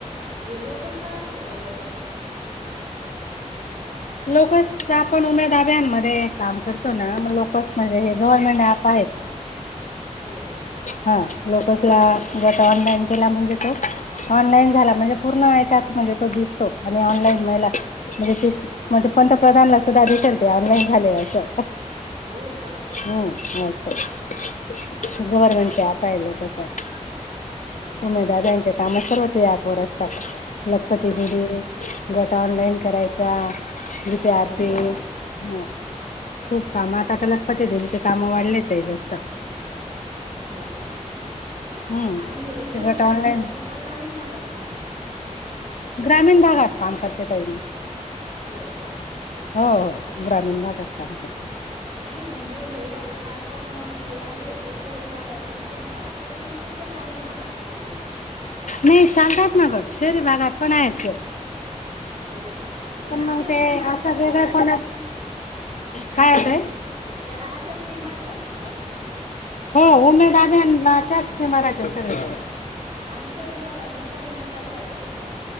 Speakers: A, on the right; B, on the left.
A: हे लोकस काय असत ताई अजून?
B: लोकस आपण उम्यादाबामध्ये काम करतो ना मग लोकस म्हणजे हे गव्हर्नमेंट ऍप आहेत.
A: हो हो हो हो.
B: हा लोकसला गट ऑनलाईन केला म्हणजे तो ऑनलाईन झाला म्हणजे पूर्ण व्हायच्या आत म्हणजे तो दिसतो आणि ऑनलाईन महिला म्हणजे ते म्हणजे पंतप्रधानला सुद्धा दिसेल ते ऑनलाईन झाले असं.
A: हो का?
B: हम्म असय
A: असं आहे
B: गव्हर्मेंटचे
A: का
B: ऍप हाय लोकस ऍप
A: हो का
B: उमेदार यांच्या काम सर्व ते ऍपवर असतात लखपती बिडी
A: हा हा
B: गट ऑनलाइन करायचा जीपे आरपे
A: हो का
B: हो खूप काम आता लखपती दिदिचे काम वाढलेत ते जास्त
A: हो का
B: हम्म
A: आणि हे शहरी
B: ते गट ऑनलाईन
A: भागातून ये का ग्रामीण भागातून ये
B: ग्रामीण भागात काम करते तई मी
A: हो का
B: हो, हो ग्रामीण भागात काम करते
A: नाही म्हणजे हे आता आपण जे आहे ते शहरी भागातून पण चालतं की फक क्त ग्रामीण भागातच ये
B: नाही चालतात ना गट शेरी भागात पण आहेच
A: हो का आणि असेच
B: मग ते
A: स्कीम आहेत
B: असा
A: का त्याला
B: वेगळेपणा
A: पण
B: काय होतय
A: त्याला अशा स्कीमा आहेत का म्हटलं
B: हो उमेद आभ नि म राहात्यात सगळ्या
A: आणि शहरी भागातून पण उमेदा अभियान आहे का